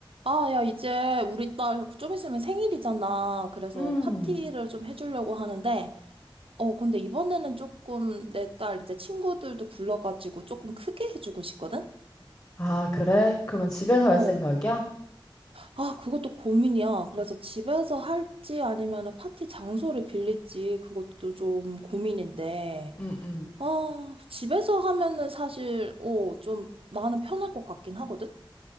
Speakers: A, on the right; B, on the left.
A: 아, 야, 이제 우리 딸 좀 있으면 생일이잖아. 그래서
B: 음.
A: 파티를 좀 해주려고 하는데, 어, 근데 이번에는 조금 내 딸 이제 친구들도 불러가지고 조금 크게 해주고 싶거든?
B: 아, 그래? 그러면 집에서
A: 어.
B: 할 생각이야?
A: 아, 그것도 고민이야. 그래서 집에서 할지 아니면 파티 장소를 빌릴지 그것도 좀 고민인데,
B: 음, 음.
A: 아, 집에서 하면은 사실, 어, 좀 나는 편할 것 같긴 하거든?